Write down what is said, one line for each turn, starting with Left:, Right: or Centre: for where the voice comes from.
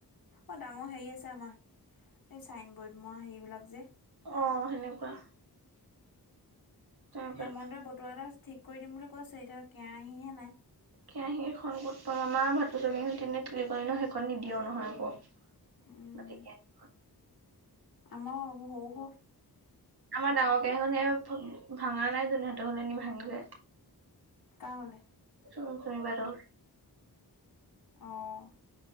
Left: অ ডাঙৰ হেৰি আছে আমাৰ এই চাইনবৰ্ড মই হেৰিবিলাক যে
Right: অ সেনেকুৱা তেনেকুৱা
Left: হেমন্তই বতুৱা এটা ঠিক কৰি দিম বুলি কৈছে এতিয়া কেৰাহিহে নাই
Right: কেৰাহী এখন ক'ত প মামাৰ ভাতটো চখন তিনে তুলি কৰি ন সেইখন নিদিিয়ও নহয় আকৌ
Left: উম
Right: মাটি কেৰাহী
Left: আম হৌ হ
Right: আমাৰ ডাঙৰ কেইখন স ভাঙা নাই যহঁতৰ হলে নি ভাঙিলে
Left: কাৰ ঘৰলে?
Right: চন শুনিবাৰি
Left: উম, অ